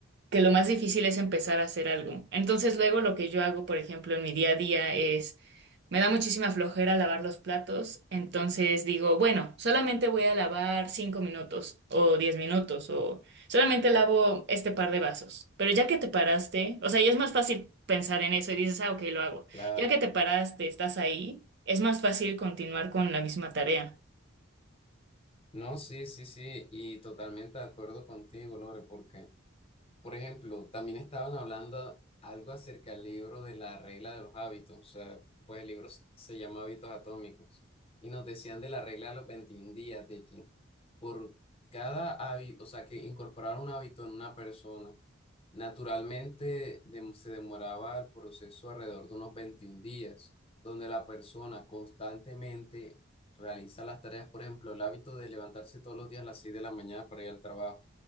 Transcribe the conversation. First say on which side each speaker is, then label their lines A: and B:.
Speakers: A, on the right; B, on the left.
A: que lo más difícil es empezar a hacer algo. Entonces luego lo que yo hago, por ejemplo, en mi día a día es, me da muchísima flojera lavar los platos, entonces digo, bueno, solamente voy a lavar cinco minutos o diez minutos o solamente lavo este par de vasos. Pero ya que te paraste, o sea, ya es más fácil pensar en eso y dices, ah, ok, lo hago.
B: claro.
A: Ya que te paraste, estás ahí, es más fácil continuar con la misma tarea.
B: No, sí, sí, sí, y totalmente de acuerdo contigo, Lore, porque... Por ejemplo, también estaban hablando algo acerca del libro de la regla de los hábitos, o sea, pues el libro s- se llama Hábitos Atómicos, y nos decían de la regla de los 21 días, de que por cada hábito, o sea, que incorporar un hábito en una persona, naturalmente dem- se demoraba el proceso alrededor de unos 21 días, donde la persona constantemente realiza las tareas, por ejemplo, el hábito de levantarse todos los días a las 6 de la mañana para ir al trabajo